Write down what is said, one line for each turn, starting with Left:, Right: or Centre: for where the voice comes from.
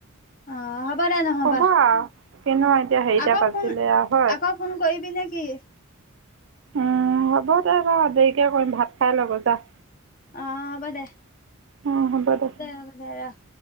Left: অ হ'ব দে নহ'বা
Right: শুব আৰু কিনো এতিয়া হেৰিটা
Left: আকক
Right: বাজিলে
Left: ফোন
Right: আৰু হয়
Left: আকক ফোন কৰিবি নে কি?
Right: উম হ'ব দে বাৰু দেৰিকে কৰিম ভাত খাই ল গৈ যা।
Left: অ হ'ব দে।
Right: অ হ'ব দে।
Left: দে হ'ব দে ৰাশ।